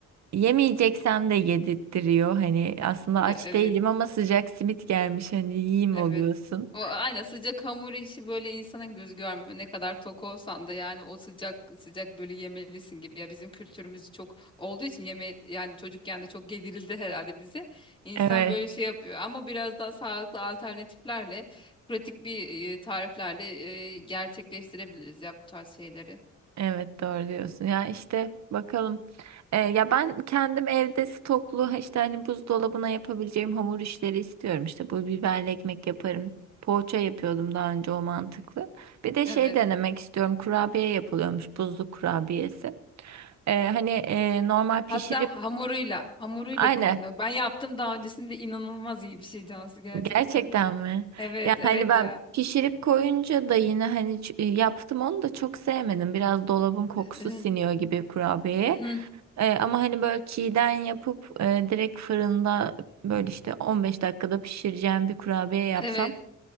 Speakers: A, on the right; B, on the left.
A: yemeyeceksem de yedirtiyor. Hani aslında
B: Ya,
A: aç
B: evet.
A: değilim ama sıcak simit gelmiş hani yiyeyim
B: Evet.
A: oluyorsun.
B: O aynen sıcak hamur işi böyle insanın göz görmüyor. Ne kadar tok olsan da yani o sıcak sıcak böyle yemelisin gibi. Ya bizim kültürümüz çok olduğu için yeme yani çocukken de çok yedirildi herhalde bize. İnsan
A: Evet.
B: böyle şey yapıyor ama biraz daha sağlıklı alternatiflerle, pratik bir e, tariflerle e, gerçekleştirebiliriz ya bu tarz şeyleri.
A: Evet doğru diyorsun. Ya işte bakalım. Ee, ya ben kendim evde stoklu işte hani buzdolabına yapabileceğim hamur işleri istiyorum. İşte bu biberli ekmek yaparım. Poğaça yapıyordum daha önce o mantıklı. Bir de
B: Evet.
A: şey denemek istiyorum. Kurabiye yapılıyormuş buzlu kurabiyesi. Ee, hani e, normal
B: Hatta
A: pişirip
B: hamuruyla, hamuruyla
A: aynen
B: konuyor. Ben yaptım daha öncesinde inanılmaz iyi bir şey Cansu gerçekten.
A: gerçekten mi?
B: Evet,
A: Ya
B: evet
A: hani ben
B: ya.
A: pişirip koyunca da yine hani ç- e, yaptım onu da çok sevmedim. Biraz dolabın kokusu
B: Eh,
A: siniyor gibi kurabiyeye.
B: Hı,
A: E, ama hani böyle çiğden yapıp e, direkt fırında böyle işte 15 dakikada pişireceğim bir kurabiye yapsam
B: Evet